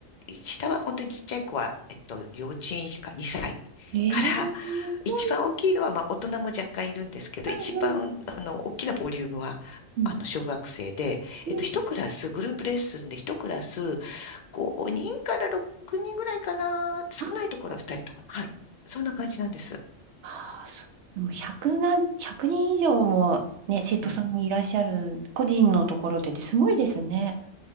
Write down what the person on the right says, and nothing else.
ええーすごい。
うんうん
うん。
うん
あ
あー、そう。でも100何、1人以上もね、生徒さんもいらっしゃる、
個人のところでってすごいですね。